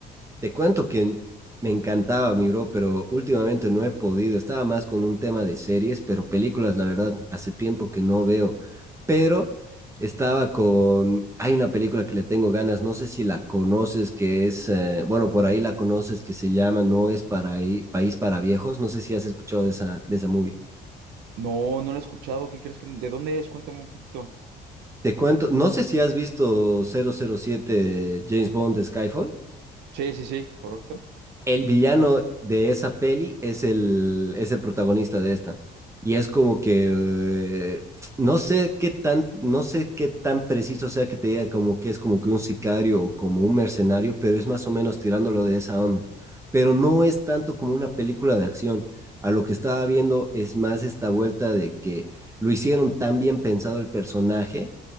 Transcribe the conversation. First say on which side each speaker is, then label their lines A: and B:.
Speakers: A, on the right; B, on the right.
A: Te cuento que me encantaba, mi bro, pero últimamente no he podido. Estaba más con un tema de series, pero películas, la verdad, hace tiempo que no veo. Pero estaba con... Hay una película que le tengo ganas, no sé si la conoces, que es... eh, bueno, por ahí la conoces, que se llama No es para ahí, País para Viejos. No sé si has escuchado de esa, de esa movie.
B: No, no lo he escuchado, ¿qué crees que, de dónde es? Cuéntame un poquito.
A: Te cuento, no sé si has visto cero cero siete James Bond de Skyfall.
B: Sí, sí, sí, correcto.
A: el villano de esa peli es el, es el protagonista de esta. Y es como que eh, no sé qué tan, no sé qué tan preciso sea que te diga como que es como que un sicario o como un mercenario, pero es más o menos tirándolo de esa onda. Pero no es tanto como una película de acción. A lo que estaba viendo es más esta vuelta de que lo hicieron tan bien pensado el personaje